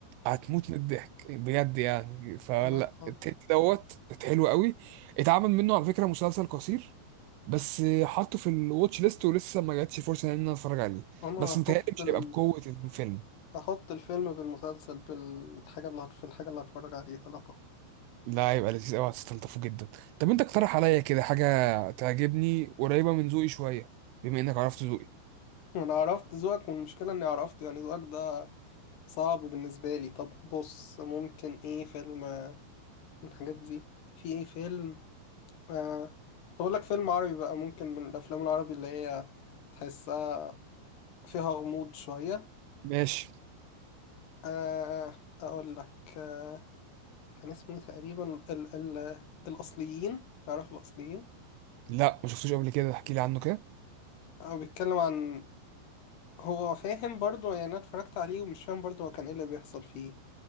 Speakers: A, on the right; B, on the left.
A: هتموت من الضحك بجد يعني فلا
B: لا خالص
A: التيت دوت حلو قوي اتعمل منه على فكرة مسلسل قصير بس حاطه في الواتش ليست ولسه ما جاتش فرصه ان انا اتفرج عليه
B: أنا
A: بس
B: هحط
A: متهيألي مش
B: ال...
A: هيبقى بقوه الفيلم
B: هحط الفيلم بالمسلسل بالحاجة اللي هت... في الحاجة اللي هتفرج عليها لا طبعا
A: لا هيبقى لذيذ قوي هتستلطفه جدا طب انت اقترح عليا كده حاجه تعجبني قريبه من ذوقي شويه بما انك عرفت ذوقي
B: أنا عرفت ذوقك والمشكلة إني عرفت يعني ذوقك ده صعب بالنسبة لي طب بص ممكن إيه فيلم من الحاجات دي في إيه فيلم آه، تقول لك فيلم عربي بقى ممكن من الافلام العربي اللي هي تحسها فيها غموض شويه
A: ماشي
B: آه، اقول لك آه، كان اسمه إيه تقريبا ال ال الاصليين تعرف الاصليين
A: لا ما شفتوش قبل كده احكي لي عنه كده
B: هو بيتكلم عن هو فاهم برضو يعني انا اتفرجت عليه ومش فاهم برضو هو كان ايه اللي بيحصل فيه